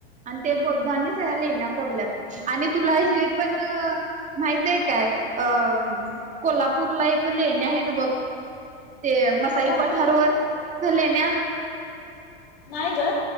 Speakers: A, on the right (about 25°); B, on the left (about 70°).
A: आणि ते बुद्धांनी सगळ्या लेण्या कोरल्यात. आणि तुला हे पण माहित आहे काय? अ कोल्हापूरला एक लेण्या आहेत बघ. ते मसाई
B: कोल्हापूरमध्ये
A: पठारवर लेण्या.
B: नाही ग.